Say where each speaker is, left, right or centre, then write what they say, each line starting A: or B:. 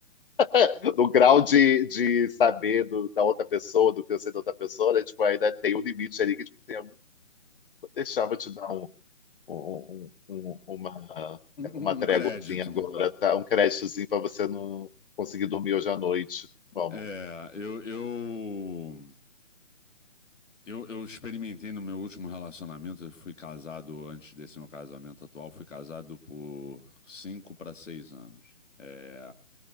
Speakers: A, on the left; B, on the left.
A: <laughs> no grau de, de saber do- da outra pessoa, do que eu sei da outra pessoa, né? Tipo, ainda tem um limite ali que tipo, assim, eu vou deixar, vou te dar um, um- um- um- um, uma,
B: Um um
A: uma tréguazinha
B: um crédito.
A: agora, tá? Um créditozinho para você não conseguir dormir hoje à noite. Vamos.
B: É, eu, eu Eu, eu experimentei no meu último relacionamento, eu fui casado antes desse meu casamento atual, fui casado por cinco para seis anos. É,